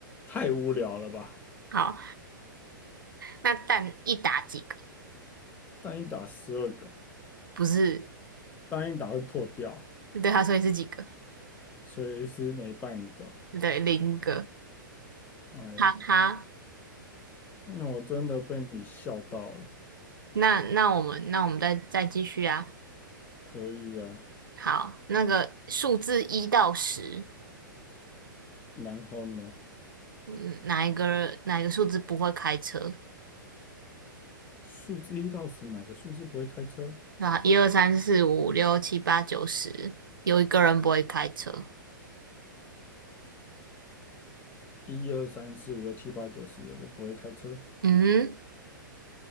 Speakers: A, on the left; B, on the right.
A: 太无聊了吧？
B: 好，那蛋一打几个？
A: 单一打十二个，
B: 不是，
A: 单一打会破掉，
B: 对他说你是几个？
A: 所以是每半个。
B: 对，零个。
A: 哎呦，
B: 哈哈，
A: 那我真的被你笑到了。
B: 那那我们那我们再再继续啊。
A: 可以啊，
B: 好，那个数字一到十，
A: 然后呢？
B: 嗯，哪一个哪一个数字不会开车？
A: 数字一到十，哪个数字不会开车？
B: 啊，一二三四五六七八九十，有一个人不会开车。
A: 一二三四五六七八九十，有个不会开车。
B: 嗯，